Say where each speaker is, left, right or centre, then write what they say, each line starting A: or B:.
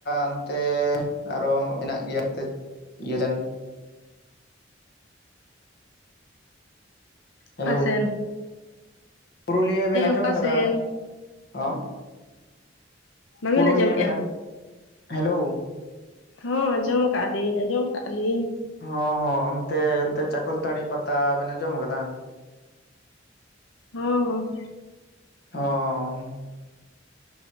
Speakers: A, on the left; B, on the left.
A: ᱚᱱᱛᱮ ᱟᱨᱚ ᱢᱮᱱᱟᱜ ᱜᱮᱭᱟ᱾ ᱤᱭᱟᱹᱞᱮᱱ ᱦᱮᱞᱳ
B: ᱚᱠᱟᱥᱮᱱ?
A: ᱯᱩᱨᱩᱞᱤᱭᱟᱹ ᱵᱮᱱ ᱟᱸᱡᱚᱢ
B: ᱚᱠᱟ
A: ᱠᱟᱫᱟ?
B: ᱥᱮᱱ
A: ᱦᱚᱸ
B: ᱵᱟᱹᱵᱤᱱ
A: ᱯᱩᱨᱩᱞᱤᱭᱟᱹ
B: ᱟᱸᱡᱚᱢᱮᱫᱼᱟ?
A: ᱵᱮᱱ ᱟᱡᱚᱢ ᱦᱮᱞᱳᱼᱼ
B: ᱦᱚᱸ ᱟᱸᱡᱚᱢ ᱠᱟᱜᱼᱟ ᱞᱤᱧ ᱟᱸᱡᱚᱢ ᱠᱟᱜᱼᱟ ᱞᱤᱧ᱾
A: ᱦᱚᱸ ᱦᱚᱸ ᱚᱱᱛᱮ ᱚᱱᱛᱮ ᱪᱟᱠᱚᱞᱛᱟᱹᱲᱤ ᱯᱟᱛᱟ ᱵᱮᱱ ᱟᱸᱡᱚᱢ ᱠᱟᱫᱟ?
B: ᱦᱩᱸ
A: ᱦᱚᱸ